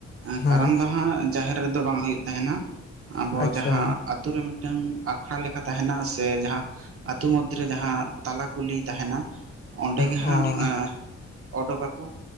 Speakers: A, on the right; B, on the left.
A: ᱟᱸ
B: ᱦᱮᱸ
A: ᱠᱟᱨᱟᱢ ᱫᱚ ᱦᱟᱸᱜ ᱡᱟᱦᱮᱨ ᱨᱮᱫᱚ ᱵᱟᱝ ᱦᱩᱭᱩᱜ ᱛᱟᱦᱮᱱᱟ ᱟᱵᱚ
B: ᱟᱪᱪᱷᱟ
A: ᱡᱟᱦᱟᱸ ᱟᱛ ᱟᱛᱩ ᱨᱮ ᱢᱤᱫᱴᱟᱝ ᱟᱠᱷᱲᱟ ᱞᱮᱠᱟ ᱛᱟᱦᱮᱱᱟ ᱥᱮ ᱡᱟᱦᱟᱸ ᱟᱛᱩ ᱢᱚᱫᱽᱫᱷᱮ ᱨᱮ ᱡᱟᱦᱟᱸ ᱛᱟᱞᱟ ᱠᱩᱞᱦᱤ ᱛᱟᱦᱮᱱᱟ ᱚᱸᱰᱮ ᱜᱮ
B: ᱚ
A: ᱦᱟᱸᱜ ᱟᱸᱻ ᱚᱰᱳᱜ ᱟᱠᱚ ᱾